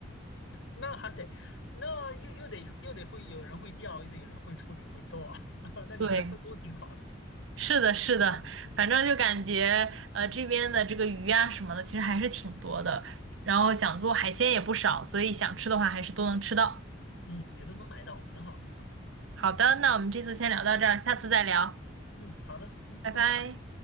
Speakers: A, on the left; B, on the right.
A: 那还得，那又又得又得会有人会钓，又得有人会处理会做，<laughs> 那你们分工挺好的。
B: <laughs> 对，是的，是的，反正就感觉呃这边的这个鱼啊什么的，其实还是挺多的，然后想做海鲜也不少，所以想吃的话还是都能吃到。
A: 嗯，也都能买到，挺好挺好的。
B: 好的，那我们这次先聊到这儿，下次再聊，
A: 嗯，好的，嗯，
B: 拜拜。
A: 拜拜。